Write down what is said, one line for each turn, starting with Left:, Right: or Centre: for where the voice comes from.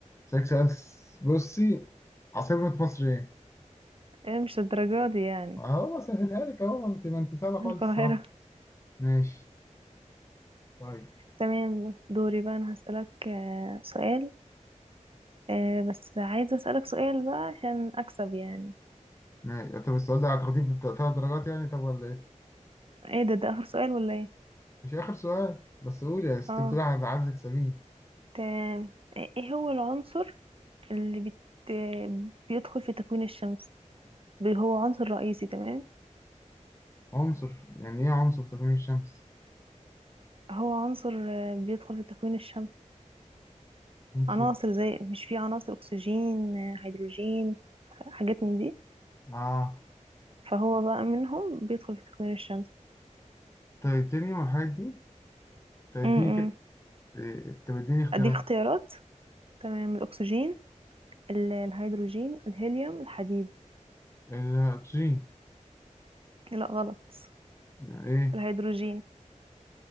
Left: اسألك سؤال س- بصي عاصمة مصر ايه
Right: ايه مش الدرجة دي يعني
Left: اهو بسهلها لك اهو ما انت ما انت سهله خالص
Right: القاهرة
Left: الصراحه ماشي طيب
Right: تمام دوري بقى أنا هسألك آه، سؤال آه بس عايزة أسألك سؤال بقى عشان أكسب يعني
Left: ماشي طب السؤال ده هتاخديه بثلاث درجات يعني طب ولا ايه
Right: ايه ده ده آخر سؤال ولا ايه؟
Left: مش اخر سؤال بس قول يا ست
Right: اه
Left: بتقولي هتعزك سبيني
Right: تمام ايه إيه هو العنصر اللي بت... بيدخل في تكوين الشمس؟ بي- هو عنصر رئيسي تمام؟
Left: عنصر يعني ايه عنصر في تكوين الشمس
Right: هو عنصر آه، بيدخل في تكوين الشمس
Left: عنصر
Right: عناصر زي مش في عناصر أكسجين آه، هيدروجين ح- حاجات من دي
Left: اه
Right: فهو بقى منهم بيدخل في تكوين الشمس
Left: تيتانيوم والحاجات دي طب اديني
Right: م -م.
Left: كده إيه، طب اديني اختيارات
Right: أديك اختيارات تمام الأكسجين ال- الهيدروجين الهيليوم الحديد
Left: الاكسجين
Right: لا غلط
Left: يعني ايه
Right: الهيدروجين